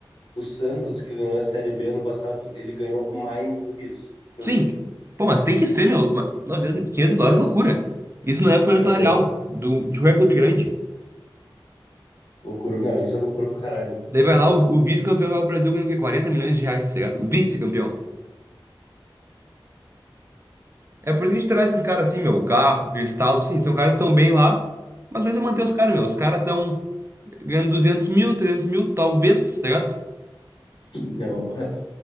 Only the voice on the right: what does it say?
Sim.
Pô, mas tem que ser, meu. Ma- 900, 500 mil dólares é loucura. Isso não é folha
salarial
do, de qualquer clube grande.
Daí
vai
lá,
o, o vice-campeão lá do Brasil ganhando o quê? 40 milhões de reais, tá ligado? O vice-campeão. É por isso que a gente traz esses caras assim, meu. Garro, Cristal, assim, são caras que estão bem lá, mas vai manter os caras, meu. Os caras estão ganhando 200 mil, 300 mil, talvez, tá ligado?